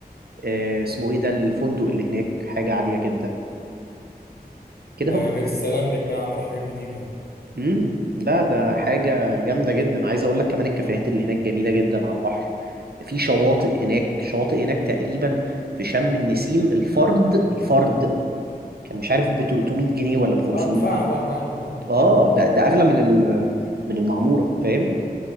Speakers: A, on the right; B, on the left.
A: آه، اسمه ايه ده الفندق اللي هناك حاجة عالية جدا كده
B: ده
A: اهو
B: غير السلام لك بقى عملوا حاجات جديده
A: امم لا ده حاجة جامدة جدا عايز اقول لك كمان الكافيهات اللي هناك جميلة جدا على البحر في شواطئ هناك شواطئ هناك تقريبا في شم النسيم الفرد الفرد كان مش عارف ب 300 جنيه ولا ب 500
B: اه اتفقع
A: جنيه
B: بقى يا معلم اه
A: اه ده ده اغلى من ال من المعموره فاهم